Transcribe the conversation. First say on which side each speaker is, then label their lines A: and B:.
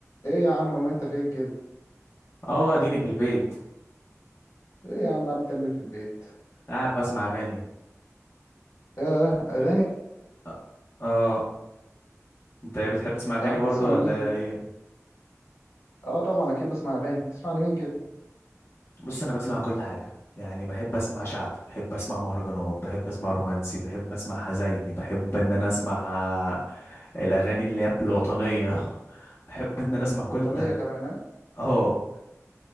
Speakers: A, on the left; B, on the left.
A: ايه يا عم ما انت فين كده
B: اه اديني في البيت
A: ايه يا عم قاعد بتعمل ايه في البيت
B: قاعد بسمع اغاني
A: اه اغاني
B: أ- اه انت ايه بتحب تسمع اغاني
A: قاعد
B: برضو
A: بتسمع لمين
B: ولا
A: كده
B: ايه
A: اه طبعا اكيد بسمع اغاني بتسمع لمين كده
B: بص انا بسمع كل حاجه يعني بحب اسمع شعب بحب اسمع مهرجانات بحب اسمع رومانسي بحب اسمع حزيني بحب ان انا اسمع آه، الاغاني اللي هي الوطنيه <laughs> بحب ان انا اسمع كل
A: وطنيه
B: ده
A: كمان ها
B: اه